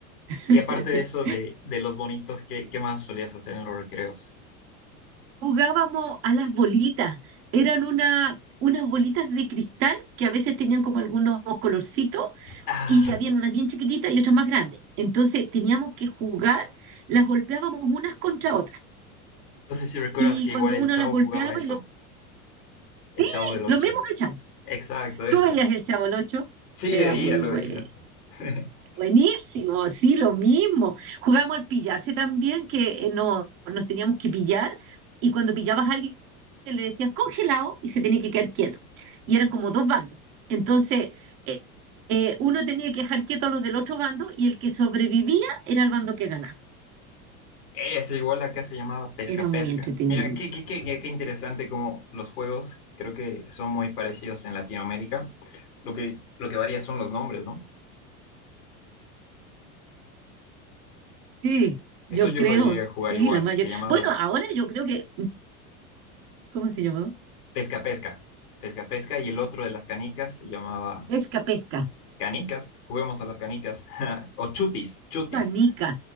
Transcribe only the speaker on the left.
Y aparte de eso, de, de los bonitos, ¿qué, qué más solías hacer en los recreos?
Ah,
no sé si recuerdas
que
igual el
Chavo
jugaba eso,
el
Chavo del Ocho.
Exacto, eso.
Sí,
veía,
lo
veía. <laughs>
Eso, igual acá se llamaba pesca
pesca.
Mira, qué, qué, qué, qué- qué interesante como los juegos creo que son muy parecidos en Latinoamérica. Lo que, lo que varía son los nombres, ¿no?
Eso
yo
lo llegué a jugar
igual.
Se llamaba
pesca pesca. Pesca pesca y el otro de las canicas se llamaba
canicas. Juguemos a las canicas. <laughs> O chutis, chutis.